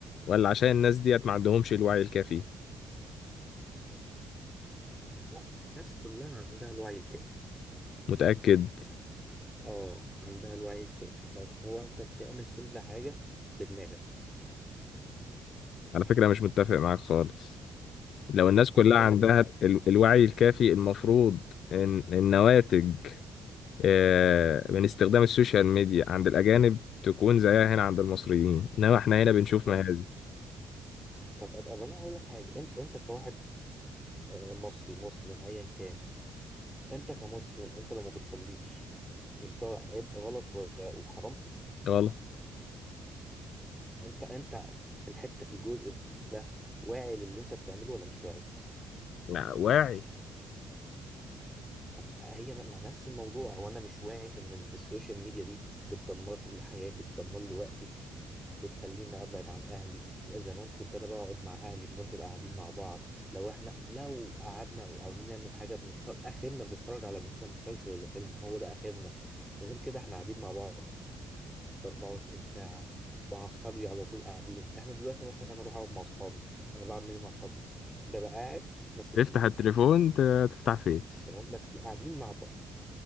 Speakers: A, on the left; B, in the centre.
A: ولا عشان الناس ديت ما عندهمش الوعي الكافي
B: لا الناس كلها عندها الوعي الكافي
A: متأكد
B: اه عندها الوعي الكافي بس هو انت بتعمل كل حاجه بدماغك
A: على فكرة مش متفق معاك خالص لو الناس
B: طب
A: كلها
B: ما انا هقول
A: عندها
B: لك حاجه
A: ال- الوعي الكافي المفروض ان النواتج آه، من استخدام السوشيال ميديا عند الأجانب تكون زيها هنا عند المصريين انما احنا هنا بنشوف
B: طب
A: مهازل
B: طب طب انا هقول لك حاجه انت انت كواحد آه، مصري مسلم ايا كان انت كمسلم انت لما بتصليش مش ده عيب غلط و- وحرام
A: غلط
B: انت انت في الحته في الجزء ده واعي للي انت بتعمله ولا مش واعي
A: لا، واعي
B: طب هي ن- ما نفس الموضوع هو انا مش واعي ان ال- السوشيال ميديا دي بتدمر لي حياتي بتدمر لي وقتي بتخليني ابعد عن اهلي زمان كنت انا بقعد مع اهلي بنفضل قاعدين مع بعض لو احنا لو قعدنا وعاوزين نعمل حاجه بنتفرج اخرنا بنتفرج على مثلا مسلسل ولا فيلم هو ده اخرنا غير كده احنا قاعدين مع بعض 24 ساعة مع أصحابي على طول قاعدين إحنا دلوقتي مثلا أنا أروح أقعد مع أصحابي أنا بعمل إيه مع أصحابي ببقى قاعد ماسك التليفون
A: تفتح التليفون ت- تفتح فيس
B: تمام ماسك قاعدين مع بعض